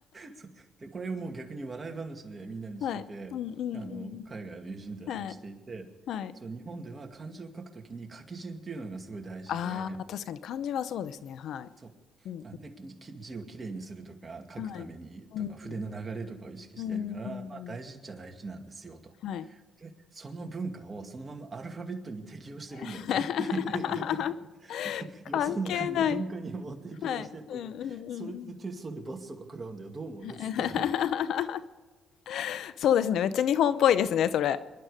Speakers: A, on the right; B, on the left.
A: そうで、これをもう逆に笑い話でみんなにしてて、
B: はい。うんうんうん
A: あの、海外の友人たちにしていて、
B: うん。はい。はい。
A: そう、日本では漢字を書くときに書き順っていうのがすごい大事で、
B: ああ、確かに漢字はそうですね、はい。
A: そう、
B: うん、
A: あ、で、きき字をきれいにするとか、書くためにとか、
B: うん、はい。うん、
A: 筆の流れとかを意識してやるから、
B: うん、
A: まあ大事っちゃ大事なんですよと。
B: はい。
A: で、その文化をそのままアルファベットに適用してるんだよねっていう
B: <laughs> 関係ない。
A: <laughs> よその国の文化にも適用してて、
B: はい。うんうんうんうん。
A: それでテストで罰とか食らうんだよ、どう思うっつって
B: <laughs> そうですね、めっちゃ日本っぽいですね、それ。